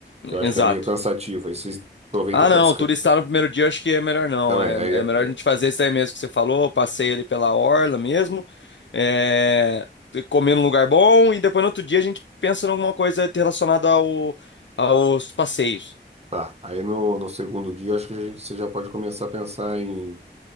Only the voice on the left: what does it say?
exato.
Ah,
não,
turistar no primeiro dia eu acho que é melhor não.
É,
é melhor
a gente fazer isso aí mesmo que você falou, passeio ali pela orla mesmo, é, comer num lugar bom e depois no outro dia a gente pensa em alguma coisa relacionada ao, aos passeios.